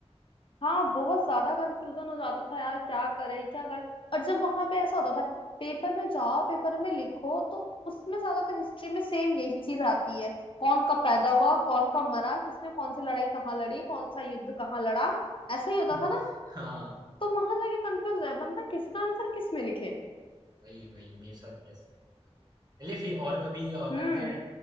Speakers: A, on the left; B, on the right.
A: हाँ बहुत ज्यादा कंफ्यूजन हो जाता था यार क्या करे क्या करे और जब वहां पे ऐसा होता था पेपर में जाओ पेपर में लिखो तो उसमें ज्यादातर हिस्ट्री में सेम यही चीज आती है कौन कब पैदा हुआ कौन कब मरा किसने कौन सी लड़ाई कहाँ लड़ी कौन सा युद्ध कहाँ लड़ा ऐसा ही
B: <laughs>
A: होता था ना
B: हाँ
A: तो वहां जाके कंफ्यूज है बंदा किसका आंसर किस में लिखे
B: वही वही मेरे साथ भी ऐसा बहुत बार हुआ। चलिए फिर और कभी अ,
A: हम्म
B: करते हैं